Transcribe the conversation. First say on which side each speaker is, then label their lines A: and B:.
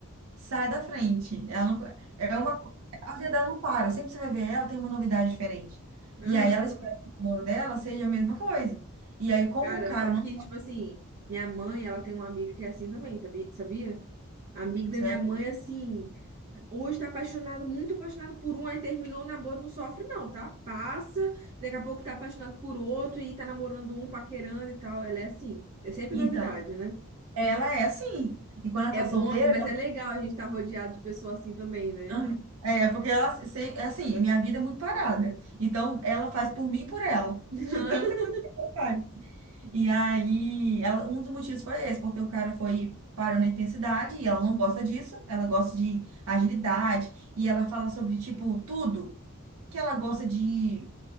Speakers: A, on the right; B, on the right.
A: sai da frente. Ela não, é uma, a vida dela não para. Sempre que você vai ver ela, tem uma novidade diferente. E
B: Aham.
A: aí ela espera que o amor dela seja a mesma coisa. E aí, como
B: Cara,
A: o cara
B: sabe
A: não
B: que, tipo assim, minha mãe, ela tem uma amiga que é assim também, tabi- sabia? A amiga da
A: consegue,
B: minha mãe, assim. Hoje tá apaixonado, muito apaixonado por um, aí terminou o namoro, não sofre não, tá? Passa, daqui a pouco tá apaixonado por outro e tá namorando um, paquerando e tal. Ela é assim, é sempre
A: então,
B: novidade, né?
A: ela é assim. E quando ela
B: É
A: tá
B: bom,
A: solteira,
B: mas é legal a gente estar rodeado de pessoas assim também,
A: <laughs>
B: né?
A: ela- é porque ela se- é assim, a minha vida é muito parada. Então, ela faz por mim e por ela. <laughs> De
B: <laughs>
A: tanta coisa que ela faz. E aí, ela- um dos motivos foi esse, porque o cara foi parando na intensidade e ela não gosta disso, ela gosta de agilidade e ela fala sobre, tipo, tudo que ela gosta de,